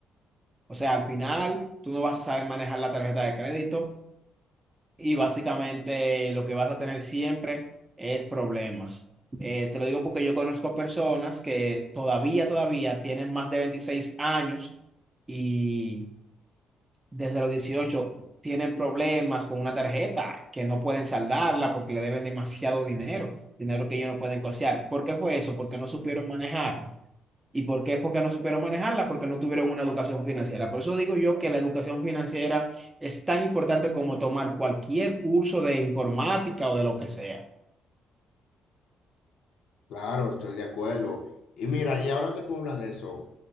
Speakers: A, on the right (about 20°); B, on the left (about 80°).
A: O sea, al final, tú no vas a saber manejar la tarjeta de crédito y básicamente lo que vas a tener siempre es problemas. Eh, te lo digo porque yo conozco personas que todavía, todavía tienen más de 26 años y desde los 18 tienen problemas con una tarjeta que no pueden saldarla porque le deben demasiado dinero, dinero que ellos no pueden costear. ¿Por qué fue eso? Porque no supieron manejarlo. ¿Y por qué fue que no supieron manejarla? Porque no tuvieron una educación financiera. Por eso digo yo que la educación financiera es tan importante como tomar cualquier curso de informática o de lo que sea.
B: Claro, estoy de acuerdo. Y mira, y ahora que tú hablas de eso,